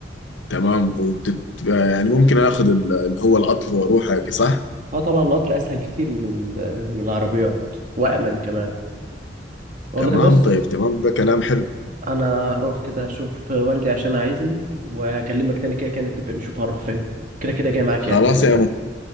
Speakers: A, on the left; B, on the right.
A: تمام وبتبقى يعني ممكن اخذ ال- اللي هو القطر واروح هيك، صح
B: اه طبعا القطر اسهل كتير من ال... من العربيات وامن كمان والله
A: تمام
B: بص
A: طيب تمام ده كلام حلو
B: انا هروح كده اشوف والدي عشان عايزني واكلمك تاني كده كده نتفق نشوف هنروح فين كده كده جاي معاك
A: خلاص
B: يعني باذن الله
A: يا مان